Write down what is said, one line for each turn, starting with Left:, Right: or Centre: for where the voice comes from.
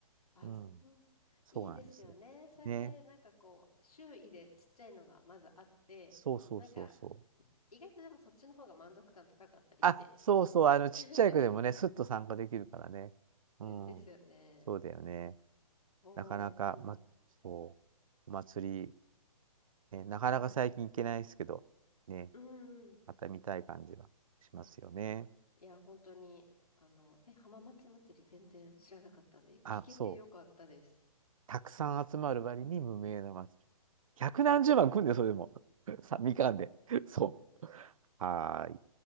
Left: あ、
Right: うん、
Left: そう、
Right: そうなんです。
Left: いいですよね。そうやって、
Right: ね。
Left: なんかこう、周囲でちっちゃいのがまずあって、
Right: そうそうそうそう。
Left: なんか、意外とでもそっちの方が満足感高かったりして。
Right: あ、そうそう、あの、ちっちゃい子でもね、
Left: <laughs>
Right: すっと参加できるからね。うん、
Left: ですよね。
Right: そうだよね。
Left: おー、
Right: なかなか、
Left: この、
Right: ま、そう、お祭り、ね、なかなか最近行けないですけど、ね、
Left: うんうん。
Right: また見たい感じがしますよね。
Left: いや、本当に、あの、え、浜松祭り全然知らなかったんで、
Right: あ、
Left: 聞けてよかったです。
Right: そう、たくさん集まる割に無名な祭り。百何十万来んで、それでも。<laughs> さ、みかんで。そう。はーい。